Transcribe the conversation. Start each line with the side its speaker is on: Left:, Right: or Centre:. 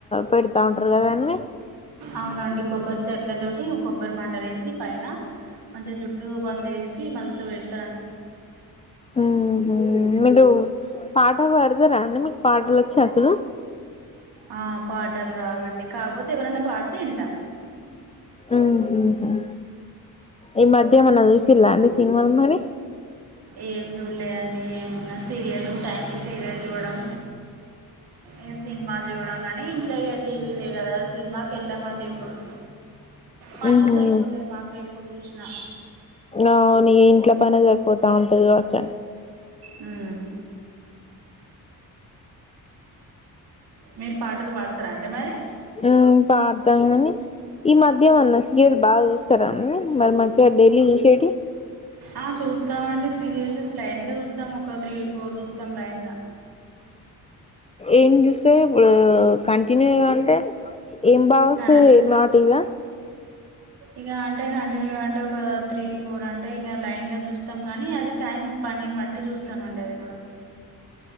Left: పెడతా ఉంటారు కదా అన్ని
Right: అవునండి కొబ్బరి చెట్లతోటి కొబ్బరి మండలులేసి పైన మంచిగా జుట్టు పందిరేసి మస్తు పెడుతు
Left: మ్మ్ హ్మ్ మీరు పాటలు పాడతారా అండి మీకు పాటలు వచ్చా అసలు
Right: ఆ పాటలు రావండి కాకపోతే ఎవరన్నా పాడితే ఇంట
Left: మ్మ్ ఈ మధ్యమ ఏమన్నా చూసిలా అండి సినిమాలు మరి
Right: ఏం చూడలేదండి ఏమున్న సీరియల్ టైంకి సీరియల్ చూడడం ఏ సినిమాలు చూడం కాని ఇంట్లో ఇ టీవీదే కదా సినిమాకి వెళ్ళామండి ఎప్పుడు పనే
Left: మ్మ్ హ్మ్
Right: సరిపోతది మాకు ఎప్పుడు చూసినా
Left: అవును ఇంట్లో పని సరిపోతా ఉంటది కవచ్చం
Right: మ్మ్ మీరు పాటలు పాడుతారా అండి మరి
Left: హ్మ్ పాడతా కానీ ఈ మధ్యమ అన్న సీరియల్స్ బాగా చూస్తారా మరి మంచిగా డైలీ చూసేటివి
Right: ఆ చూస్తామండి సీరియల్ లైన్ గా చూస్తా చూస్తాం ఒక త్రీ ఫోర్ చూస్తాం లైన్గా
Left: ఏం చూస్తే ఇప్పుడు కంటిన్యూ అ అంటే ఏం బవస్
Right: ఇక
Left: ఏ మాటివ
Right: ఇక అంటే కంటిన్యూ అంటే ఒక త్రీ ఫోర్ అంటే ఇంకా లైన్ గా చూస్తాం గానీ అది టైం పని బట్టి చూస్తాం అండి అది కూడా